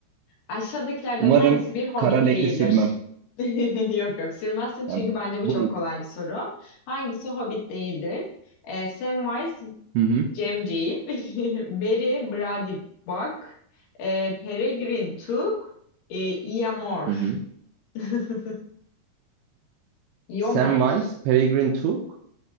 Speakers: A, on the left; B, on the right.
A: Aşağıdakilerden
B: Umarım
A: hangisi bir hobbit
B: kara leke
A: değildir?
B: sürmem.
A: <laughs> Yok yok sürmezsin çünkü
B: Yani
A: bence bu
B: bunu...
A: çok kolay bir soru. Hangisi hobbit değildir? Ee, Samwise
B: Hı hı,
A: Gamgee, <laughs> Beri Brandybuck, e, Peregrine Took, e, Eomer.
B: hı hı.
A: <laughs> Eomer.
B: Samwise, Peregrine Took,